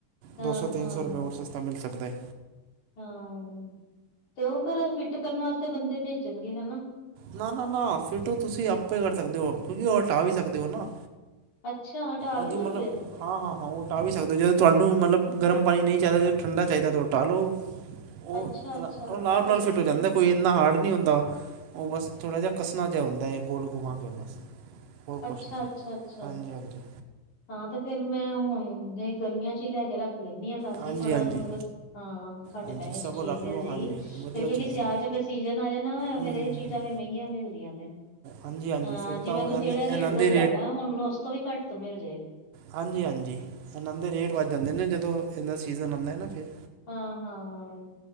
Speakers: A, on the left (about 55°); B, on the right (about 70°).
A: ਹਾਂ
B: ਦੋ ਸੌ, ਤਿੰਨ
A: ਹਾਂ
B: ਸੌ ਰਪਏ ਹੋਰ ਸਸਤਾ ਮਿਲ ਸਕਦਾਏ।
A: ਹਾਂ, ਤੇ ਓ ਫੇਰ ਫਿੱਟ ਕਰਨ ਵਾਸਤੇ ਬੰਦੇ ਭੇਜਣਗੇ, ਹਨਾ।
B: ਨਾ-ਨਾ-ਨਾ ਫਿਟ ਓ ਤੁਸੀਂ ਆਪੇ ਕਰ ਸਕਦੇ ਓ, ਕਿਉਂਕਿ ਓ ਹਟਾ ਵੀ ਸਕਦੇ ਓਨਾ।
A: ਅੱਛਾ ਹਟਾ ਵੀ
B: ਓਦੀ
A: ਸਕਦੇ
B: ਮਲਬ
A: ਆ
B: ਹਾਂ-ਹਾਂ-ਹਾਂ ਓ ਹਟਾ ਵੀ ਸਕਦੇ। ਜਦੋਂ ਤੁਆਨੂੰ ਮਲਬ ਗਰਮ ਪਾਣੀ ਨਈਂ ਚਾਈਦਾ ਜ, ਠੰਡਾ ਚਾਈਦਾ ਤਾਂ ਹਟਾ ਲੋ। ਓ
A: ਅੱਛਾ ਅੱਛਾ
B: ਓ ਆਰਾਮ
A: ਇਹ ਤੇ
B: ਨਾਲ
A: ਠੀਕ
B: ਫਿਟ ਹੋ ਜਾਂਦੈ।
A: ਹੈ
B: ਕੋਈ ਏਨਾ ਹਾਰਡ ਨੀ ਹੁੰਦਾ ਓ ਬਸ, ਥੋੜ੍ਹਾ ਜੇਆ ਕੱਸਣਾ ਜੇਆ ਹੁੰਦਾ ਏ ਗੋਲ ਗੁੰਮਾ ਕੇ ਬਸ। ਹੋਰ
A: ਅੱਛਾ
B: ਕੁਛ ਨੀ,
A: ਅੱਛਾ ਅੱਛਾ
B: ਹਾਂਜੀ-ਹਾਂਜੀ।
A: ਹਾਂ ਤੇ ਫੇਰ ਮੈਂ ਹੁਣ ਗਰਮੀਆਂ 'ਚ ਈ ਲੈਕੇ ਰੱਖ ਲੈਂਨੀਆ। ਤਾਂਕੀ
B: ਹਾਂਜੀ
A: ਥੋੜ੍ਹਾ
B: ਹਾਂਜੀ
A: ਜਾ ਮਤਲਬ ਹਾਂ ਘੱਟ
B: ਹਾਂਜੀ
A: ਪੈਹੇ
B: ਸਗੋਂ
A: ਚ ਚੀਜ
B: ਰੱਖ
A: ਮਿਲ
B: ਲਓ
A: ਜੇਗੀ,
B: ਹਾਂਜੀ ਵਧੀਆ
A: ਕਿਉਂਕਿ
B: ਚੀਜ਼
A: ਸਿਆਲ
B: ਹੈ
A: ਤੇ ਫੇਰ ਸੀਜਨ ਆ ਜਾਦਾਂ ਵਾ,
B: ਹੂੰ
A: ਫੇਰ
B: ਹੂੰ
A: ਏ ਚੀਜਾਂ
B: ਹੂੰ
A: ਵੀ ਮੈਂਹਗੀਆਂ ਮਿਲਦੀਆਂ ਨੇ।
B: ਹਾਂਜੀ ਹਾਂਜੀ
A: ਹਾਂ,
B: ਫਿਰ
A: ਜਿਵੇਂ
B: ਤਾਂ ਉਹ
A: ਤੂੰ ਜੇੜਾ
B: ਇਨ ਇਹਨਾਂ
A: ਰੇਟ ਦੱਸਦਾ
B: ਦੇ
A: ਪੇਆ ਹੁਣ, ਮੈਨੂੰ ਉਸ ਤੋਂ ਵੀ ਘੱਟ ਤੋਂ ਮਿਲਜੇ।
B: ਹਾਂਜੀ-ਹਾਂਜੀ, ਏਨਾਂ ਦੇ ਰੇਟ ਵੱਧ ਜਾਂਦੇ ਨੇ ਜਦੋਂ ਏਦਾ ਸੀਜਨ ਹੁੰਦਾ ਨਾ ਫੇਰ।
A: ਹਾਂ-ਹਾਂ,